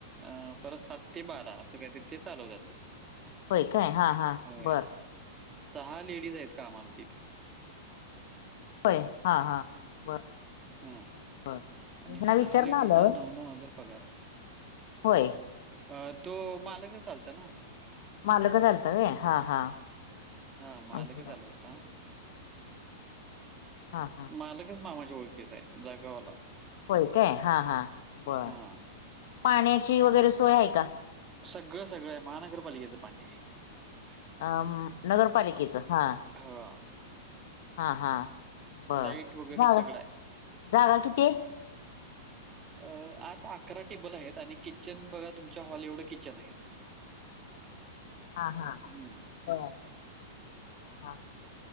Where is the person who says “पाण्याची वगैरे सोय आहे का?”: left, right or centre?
Left